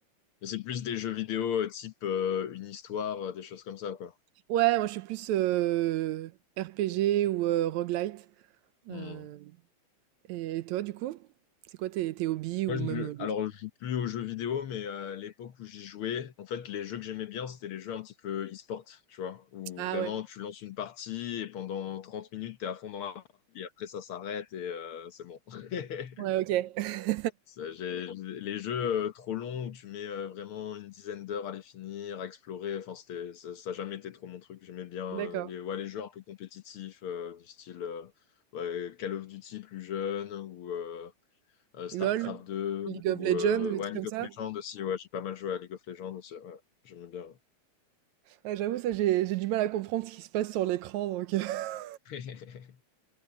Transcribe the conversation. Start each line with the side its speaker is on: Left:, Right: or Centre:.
Left: Mais c'est plus des jeux vidéo euh, type euh, une histoire, euh, des choses comme ça, quoi.
Right: Ouais, moi je suis plus, heu, RPG ou heu, roguelite. Heu
Left: Ouais.
Right: et toi du coup? C'est quoi tes tes hobbies
Left: Moi,
Right: ou
Left: je,
Right: même, heu,
Left: alors,
Right: les jeux?
Left: je joue plus aux jeux vidéo, mais euh, l'époque où j'y jouais, en fait, les jeux que j'aimais bien, c'était les jeux un petit peu e-sport, tu vois, où
Right: Ah
Left: vraiment
Right: ouais.
Left: tu lances une partie et pendant 30 minutes, t'es à fond dans la partie et après ça s'arrête et euh, c'est bon. <laughs>
Right: Ouais, OK. <laughs>
Left: Ça, j'ai- les jeux euh, trop longs où tu mets euh, vraiment une dizaine d'heures à les finir, à explorer, enfin, c'était, ça, ça a jamais été trop mon truc. J'aimais bien euh,
Right: D'accord.
Left: les, ouais, les jeux un peu compétitifs, euh, du style euh, ouais, Call of Duty plus jeune ou. euh, euh, StarCraft
Right: LOL?
Left: 2
Right: League
Left: ou
Right: of Legends
Left: euh,
Right: ou des
Left: ouais,
Right: trucs
Left: League
Right: comme
Left: of
Right: ça?
Left: Legends aussi. Ouais, j'ai pas mal joué à League of Legends aussi. Ouais, j'aime bien.
Right: Ouais, j'avoue ça j'ai j'ai du mal à comprendre ce qui se passe sur l'écran donc heu <laughs>
Left: <laughs>